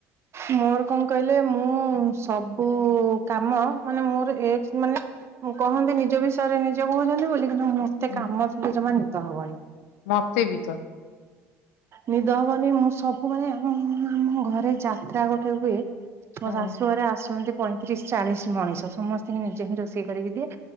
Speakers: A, on the right; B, on the left.
A: ମୋର କଁ କହିଲେ ମୁଁ ସବୁ କାମ ମାନେ ମୋର ଏକ୍ସ ମାନେ ମୁଁ କହନ୍ତି ନିଜ ବିଷୟରେ ନିଜେ କୋହୁଚନ୍ତି ବୋଲି କିନ୍ତୁ ମତେ
B: ହୁଁ।
A: କାମ ଥିଲେ ଜମା ନିିଦ ହବନି।
B: ମତେ ବି ତ।
A: ନିଦ ହବନି ମୁଁ ସବୁ ମାନେ ଆମ ଆମ ଘରେ ଯାତ୍ରା ଗୋଟେ ହୁଏ।
B: ହଁ
A: ମୋ ଶାଶୁ ଘରେ ଆସନ୍ତି। ପଇଁତିରିଶ ଚାଳିଶ ମଣିଷ ସମସ୍ତଙ୍କୁ ନିଜେ ହିଁ ରୋଷେଇ କରିକି ଦିଏ